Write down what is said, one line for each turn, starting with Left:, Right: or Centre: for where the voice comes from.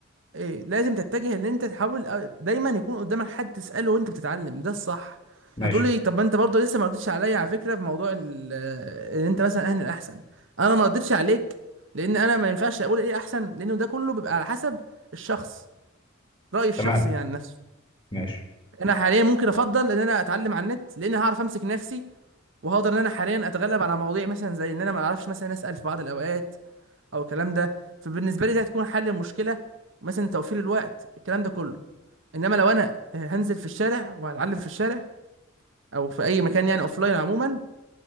Right: إيه لازم تتجه ان انت تحاول أ- دايما يكون قدامك حد تساله وانت بتتعلم ده الصح
Left: ماشي
Right: هتقول لي طب ما انت برضه لسه ما ردتش عليا على فكره في موضوع ال- آه، ان انت مثلا اهل الاحسن انا ما ردتش عليك لان انا ما ينفعش اقول ايه احسن لانه ده كله بيبقى على حسب الشخص راي الشخص
Left: تمام
Right: يعني نفسه
Left: ماشي
Right: انا حاليا ممكن افضل ان انا اتعلم على النت لان هعرف امسك نفسي وهقدر ان انا حاليا اتغلب على مواضيع مثلا زي ان انا ما اعرفش مثلا اسال في بعض الاوقات او الكلام ده فبالنسبه لي ده هتكون حل المشكله مثلا توفير الوقت الكلام ده كله انما لو انا هنزل في الشارع وهتعلم في الشارع او في اي مكان يعني لاين عموما